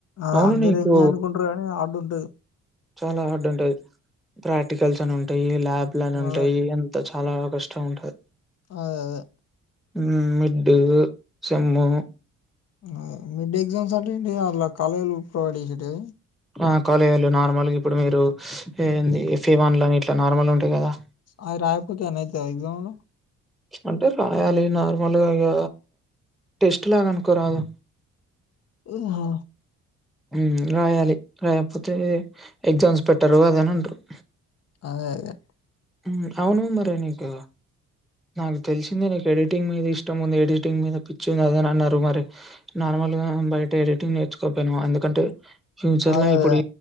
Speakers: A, on the left; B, in the centre.
A: ఆ!
B: ఔను
A: అందరూ
B: నీకు
A: ఎంజాయ్ అనుకుంటారు కానీ హార్డ్ ఉంటది.
B: చాలా హార్డ్ ఉంటది ప్రాక్టికల్స్ ఉంటాయి ల్యాబ్లని ఉంటాయి
A: అదే.
B: అంత చాలా కష్టం ఉంటది
A: అదేదే
B: ఉమ్ మిడ్డు సేమ్ము
A: హ మిడ్డే ఎగ్జామ్స్ అంటెంటియి అల్ల కాలేజోల్లు ప్రోవైడ్ జేషేటివ
B: ఆ కాలేళ్ళు నార్మల్గా ఇప్పుడు మీరు ఏంది ఎఫ్ఏ వన్లని ఇట్ల నార్మల్ ఉంటాయి గదా
A: అయి రాయకపోతే ఏమన్న ఇతద ఎగ్జంలు
B: అంటే రాయాలి నార్మల్గా ఇగ టేస్ట్ లాగ అనుకోరాదు
A: ఉహా
B: ఉమ్ రాయాలి రాయకపోతే ఎగ్జామ్స్ పెట్టరు అదని అంటారు
A: అదేదే
B: ఉమ్ ఔను మరె నీకు నాకు తెలిసింది నీకు ఎడిటింగ్ మీద ఇష్టం ఉంది ఎడిటింగ్ మీద పిచ్చి ఉందిదని అన్నరు మరి నార్మల్ గా బయట ఎడిటింగ్ నేర్చుకోపేనవ్ ఎందుకంటే ఫ్యూచర్ల
A: అదే అదే
B: ఇప్పుడు